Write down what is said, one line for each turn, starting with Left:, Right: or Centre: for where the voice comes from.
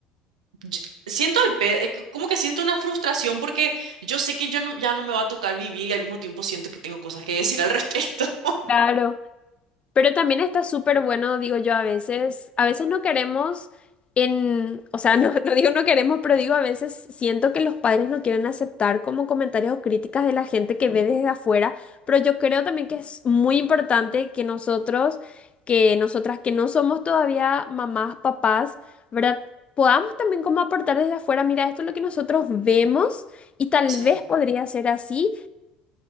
Right: yo- siento al pe- eh, c- como que siento una frustración porque yo sé que yo no- ya no me va a tocar vivir y al mismo tiempo siento que tengo cosas que decir al respecto. <laughs>
Left: Claro, Pero también está súper bueno, digo yo, a veces, a veces no queremos en, o sea, no, <laughs> no digo no queremos, pero digo a veces siento que los padres no quieren aceptar como comentarios o críticas de la gente que ve desde afuera, pero yo creo también que es muy importante que nosotros, que nosotras que no somos todavía mamás, papás, ¿verdad? Podamos también como aportar desde afuera, mira, esto es lo que nosotros vemos y tal
Right: Sí,
Left: vez podría ser así